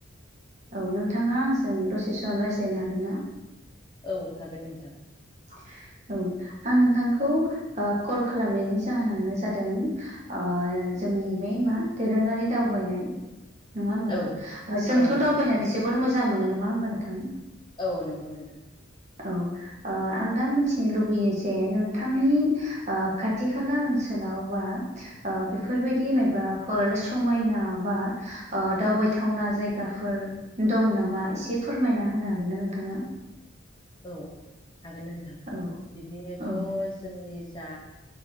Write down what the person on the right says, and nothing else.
औ नोंथाङा आंजों दसे सम रायज्लायनो हागोन ना?
<inaudible> औ आं नोंथांखौ कल खालामनायनि जाहोनानो जादों जोंनि बे मा दोरोङारि दावबायनाय नङा होमबा।
जोंथ'
दावबायनानै
जोबोर मोजां मोनो नङा होमबा नोंथां।
औ ओ आं दा मिथिनो लुबैयो जे नोंथांनि आ खाथिखाला ओनसोलाव बा आ ब फोरबायदि मायबाफोर समायना बा आ दावबाय थावना जायगाफोर दं नामा इसे फोरमायना होनो हागोन ना नोंथाङा
औ
औ